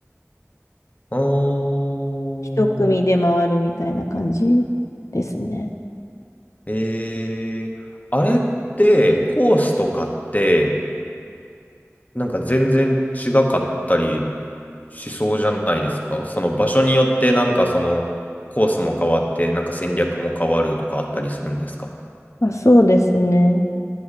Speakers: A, on the left; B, on the left.
A: あー、
B: 一組で回るみたいな感じですね。
A: えー、あれってコースとかってなんか全然違かったりしそうじゃないですか。その場所によってなんかそのコースも変わって、なんか戦略も変わるとかあったりするんですか
B: まあ、そうですね。